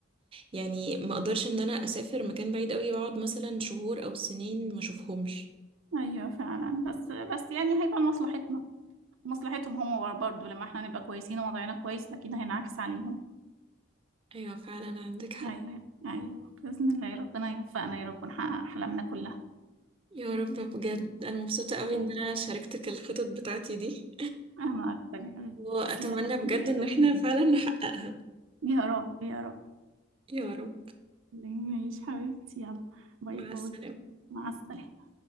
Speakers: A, on the right (about 25°); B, on the right (about 75°).
A: يعني ما اقدرش ان انا اسافر مكان بعيد قوي واقعد مثلا شهور او سنين ما اشوفهمش
B: ايوه فعلا بس بس يعني هيبقى لمصلحتنا ومصلحتهم هم برضه لما احنا نبقى كويسين ووضعنا كويس اكيد هينعكس عليهم
A: ايوه فعلا عندك حق
B: أيوه أيوه بإذن الله يا ربنا يوفقنا يا رب ونحقق أحلامنا كلها
A: يا رب بجد انا مبسوطة قوي
B: يا
A: ان
B: رب
A: انا شاركتك الخطط بتاعتي دي
B: أنا أكتر يا حبيبتي
A: واتمنى
B: تسلم
A: بجد
B: يا
A: ان
B: رب
A: احنا فعلا نحققها
B: يا رب يا رب
A: يا رب
B: ماشي حبيبتي يلا باي
A: مع
B: باي
A: السلامة
B: مع السلامة